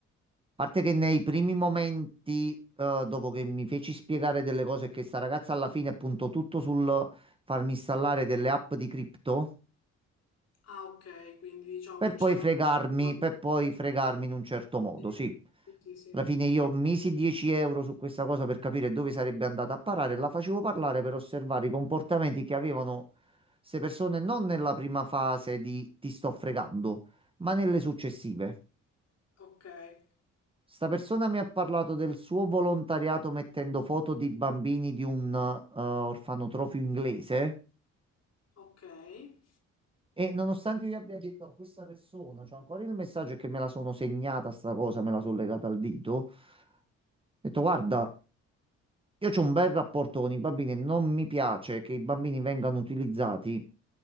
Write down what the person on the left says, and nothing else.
Ah okay, quindi diciamo
c'era
una mezza
sì,
sì, sì, sì.
Okay,
okay.
Mh.